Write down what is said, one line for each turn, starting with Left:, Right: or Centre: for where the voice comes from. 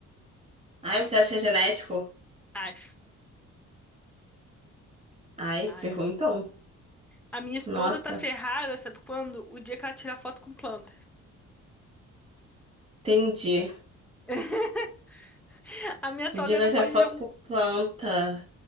Right: Ai, você acha que é genético?
Centre: Acho,
Right: Ai,
Centre: acho.
Right: ferrou então.
Centre: A minha esposa
Right: Nossa,
Centre: tá ferrada, sabe quando? O dia que ela tira foto com planta.
Right: entendi.
Centre: <laughs> A minha
Right: Podia
Centre: sogra
Right: gastar
Centre: não pode
Right: foto
Centre: ver um,
Right: com planta.